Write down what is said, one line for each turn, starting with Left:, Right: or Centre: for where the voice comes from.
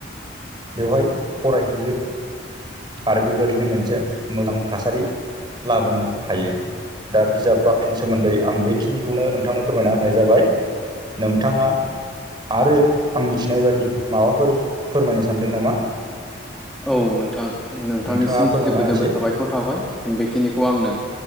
Right: बेवहाय फरायहैयो आरो बेबायदिनो मोनसे मोजां थासारि लाबोनो हायो। दा बिजाब बाख्रिनि सोमोन्दै आं बेखिनिखौनो नोंथांनो, फोरमायना होनाय जाबाय नोंथाङा आरो आं मिथिनाय बादि माबाफोर फोरमायनो सानदों नामा?
Centre: औ नोंथां नोंथांनिसिम
Right: नोंथाङा फोरमायना
Centre: जोबोद
Right: होनोसै
Centre: जोबोद साबायखर थाबाय बेखिनिखौ आंनो